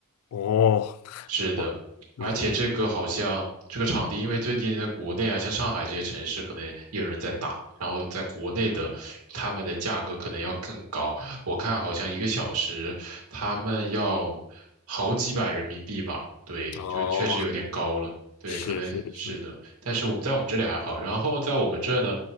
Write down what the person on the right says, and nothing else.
是的，
而且这个好像这个场地，
因为最近在国内啊，像上海这些城市，可能也有人在打，然后在国内的他们的价格可能要更高。我看好像一个小时他们要好几百人民币吧，对，
就确实有点高了。对，
可能是的，但是我们在我们这里还好，然后在我们这呢，